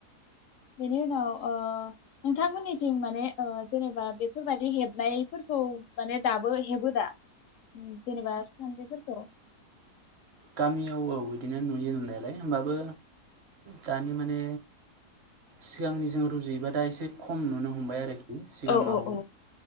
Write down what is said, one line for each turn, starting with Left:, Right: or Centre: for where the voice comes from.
Left: बेनि उनाव ओ नोंथांमोननिथिं माने ओ जेनेबा बेफोरबायादि हेबनायफोरखौ माने दाबो हेबो दा? जेनोबा सानद्रिफोरखौ
Right: गामियाव औ बिदिनो नुयो नुनायालाय होमबाबो दानि माने सिगांनि जों रुजुयोबा दा एसे खम नुनो हमबाय आरोखि सिगाङाव
Left: औ औ औ